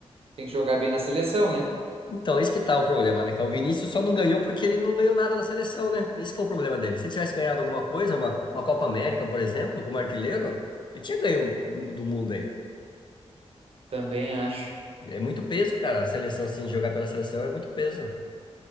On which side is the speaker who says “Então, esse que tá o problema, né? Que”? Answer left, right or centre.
Left